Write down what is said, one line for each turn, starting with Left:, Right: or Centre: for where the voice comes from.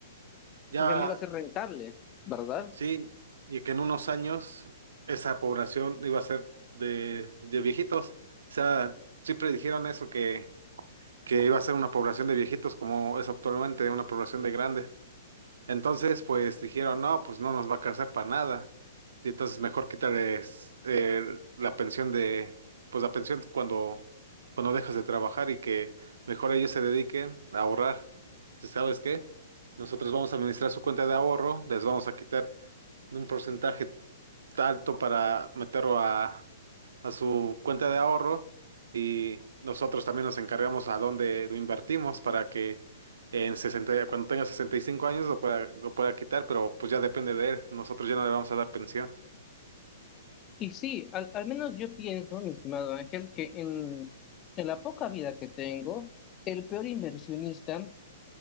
Right: ya
Left: ya no iba a ser rentable, ¿verdad?
Right: sí, y que en unos años esa población iba a ser de, de viejitos, o sea, sí predijeron eso que que iba a ser una población de viejitos como es actualmente una población de grandes. Entonces, pues dijeron, no, pues no nos va a alcanzar para nada. Y entonces mejor quítales eh, la pensión de, pues la pensión cuando, cuando dejas de trabajar y que mejor ellos se dediquen a ahorrar. Entonces, ¿sabes qué? Nosotros vamos a administrar su cuenta de ahorro, les vamos a quitar un porcentaje alto para meterlo a, a su cuenta de ahorro y nosotros también nos encargamos a dónde lo invertimos para que en 60 cuando tenga 65 años lo pueda, lo pueda quitar, pero pues ya depende de él, nosotros ya no le vamos a dar pensión.
Left: Y sí, al, al menos yo pienso, mi estimado Ángel, que en, en la poca vida que tengo, el peor inversionista,